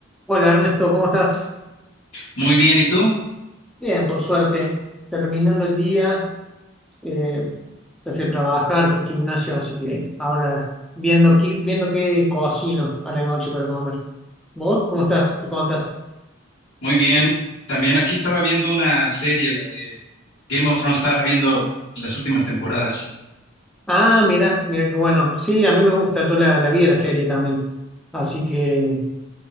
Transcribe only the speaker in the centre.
Hola Ernesto, ¿cómo estás?
Bien, por suerte. Terminando el día, eh, te fui a trabajar, fui al gimnasio, así que ahora viendo, qué- viendo qué cocino a la noche para comer. ¿Vos cómo estás? ¿Qué contás?
Ah, mira, mira qué bueno. Sí, a mí me gusta, yo la, la vi la serie también. Así que